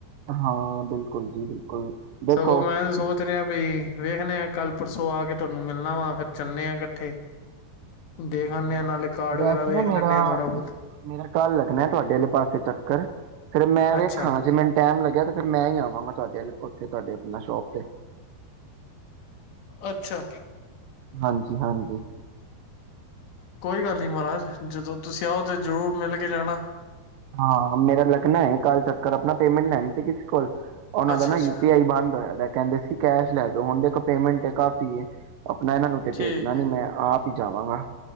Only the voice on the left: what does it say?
ਸਗੋਂ ਮੈਂ ਤੇ ਸੋਚ ਰਿਹਾ ਬਈ ਵੇਖਦੇ ਆ ਕੱਲ ਪਰ ਸੋ ਆ ਕੇ ਤੁਹਾਨੂੰ ਮਿਲਣਾ ਵਾ ਫਿਰ ਚੱਲਨੇ ਆ ਇਕੱਠੇ ਦੇਖ ਆਨੇ
ਆ ਨਾਲੇ ਕਾਰਡ
ਵਗੈਰਾ ਵੇਖ
ਲੈਂਦੇ ਆ ਥੋੜਾ ਬਹੁਤ
ਅੱਛਾ
ਅੱਛਾ
ਕੋਈ ਗੱਲ ਨਹੀਂ ਮਹਾਰਾਜ ਜਦੋਂ ਤੁਸੀਂ ਆਓ ਤੇ ਜ਼ਰੂਰ ਮਿਲ ਕੇ ਜਾਣਾ
ਅੱਛਾ
ਅੱਛਾ
ਠੀਕ
ਹੈ